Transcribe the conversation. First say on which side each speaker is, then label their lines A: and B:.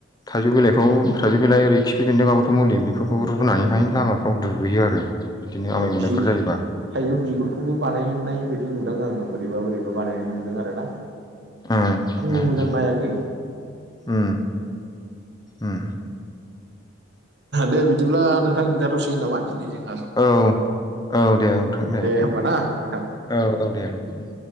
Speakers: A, on the left (about 20°); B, on the right (about 60°).
A: थाइजौ बिलाइखौ थाइजौ बेलाइ ओरै खिफि बेन्दों आबोथ' मुलि बेफोरखौ रुनानैहाय लामाफ्राव दुगैयो आरो बिदिनो
B: औ
A: आमाय मोननायफोर
B: बि थाइजौ
A: जायोबा
B: बिगुरखौबो बानायनाय बायदि नुदां आङो बोरैबा बोरैबा बानायनाय नुदों आरोना
A: उम
B: आंबो
A: उम
B: मोजां नायाखै।
A: उम उम
B: दे बिदिब्ला नोंथां जाथ'सिगोन नामा दिनै जो
A: औ औ दे नोंथां दे
B: होमबा ना नोंथां
A: औ औ दे। उम